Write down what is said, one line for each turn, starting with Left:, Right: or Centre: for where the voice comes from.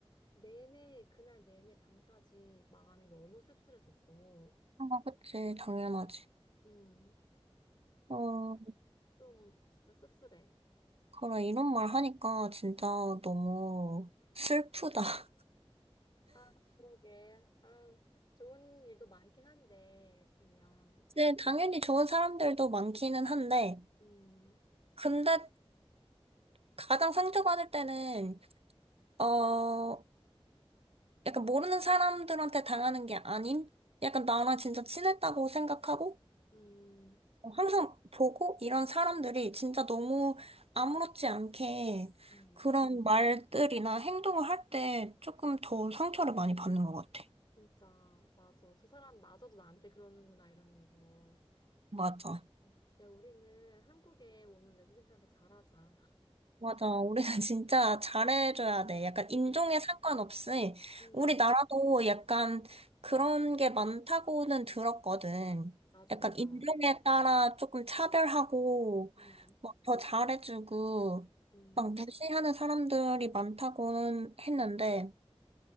Left: 내내, 그날 내내 밤까지 마음이 너무 씁쓸했었어.
Right: 아, 그치, 당연하지.
Left: 음,
Right: 어,
Left: 좀 진짜 씁쓸해.
Right: 그래, 이런 말 하니까 진짜 너무 슬프다. <laughs>
Left: 아, 그러게. 아, 좋은 일도 많긴 한데, 분명.
Right: 네, 당연히 좋은 사람들도 많기는 한데,
Left: 음,
Right: 근데 가장 상처받을 때는, 어, 약간 모르는 사람들한테 당하는 게 아닌, 약간 나랑 진짜 친했다고 생각하고,
Left: 음,
Right: 어, 항상 보고 이런 사람들이 진짜 너무 아무렇지 않게
Left: 음.
Right: 그런 말들이나 행동을 할 때 조금 더 상처를 많이 받는 것 같아.
Left: 진짜, 맞아. 저 사람 마저도 나한테 그러는구나, 이러면서.
Right: 맞아.
Left: 어, 야, 우리는 한국에 오는 외국인들한테 잘하자.
Right: 맞아. 우리는 <laughs> 진짜 잘해줘야 돼. 약간
Left: 어,
Right: 인종에 상관없이
Left: 음,
Right: 우리나라도 약간 그런 게 많다고는 들었거든.
Left: 맞아,
Right: 약간
Left: 맞아.
Right: 인종에 따라 조금 차별하고
Left: 음,
Right: 막 더 잘해주고
Left: 음.
Right: 막 무시하는 사람들이 많다고는 했는데,